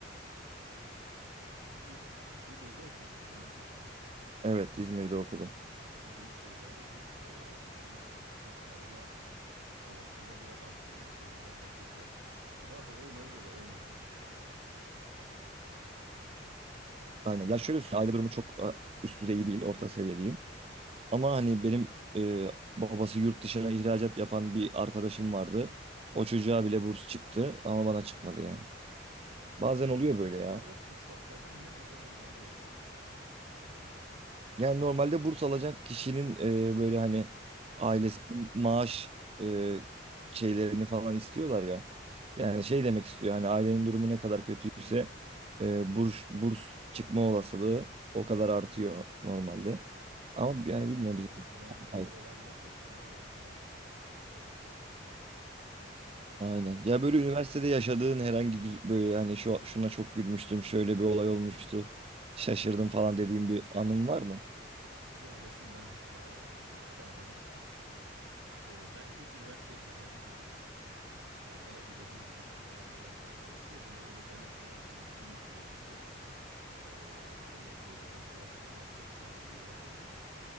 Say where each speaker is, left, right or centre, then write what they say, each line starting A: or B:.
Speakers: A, on the right (about 75°); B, on the right (about 30°).
A: E, İz, İzmir'de okumuştun değil mi?
B: Evet İzmir'de okudum.
A: Aslında büyük şehirlerde burs e, şeyi burs alma olasılığı biraz artıyor ama sende tam tersi etki yapmış. Bazen olmayınca da olmuyor yani.
B: Aynen. Ya şöyle söyleyeyim, aile durumu çok e, üst düzey değil, orta seviye diyeyim. Ama hani benim e, babası yurt dışına ihracat yapan bir arkadaşım vardı. O çocuğa bile burs çıktı ama bana çıkmadı yani. Bazen
A: Onu
B: oluyor böyle
A: acaba
B: ya.
A: o kıstasları ne acaba neye göre belirliyorlar? yani?
B: Yani normalde burs alacak kişinin e, böyle hani ailesi maaş e, şeylerini falan istiyorlar ya. Yani şey demek istiyor hani ailenin durumu ne kadar kötüyse e, burs, burs çıkma olasılığı o kadar artıyor normalde. Ama
A: Normalde
B: yani bilmiyorum
A: böyle işte mantıklı
B: bizim.
A: olan da bu ama yaşanan şeyler çok daha farklı olabiliyor.
B: Aynen.
A: E,
B: Ya böyle üniversitede yaşadığın herhangi güz- böyle yani şu şuna çok gülmüştüm, şöyle bir olay olmuştu. Şaşırdım falan dediğim bir anın var mı?
A: Ya ben şimdi ben sana anlatayım bir tane anımı. Ee, Ben ilk üniversiteyi kazandım böyle. Ee, Daha önce dediğim gibi bir tane devlet üniversitesinde okuyordum. Böyle devlet üniversitelerini biliyorsun belki bilmiyorum. Ee, senin okuduğun devlet üniversitesi yine koşulları iyi olabilir ama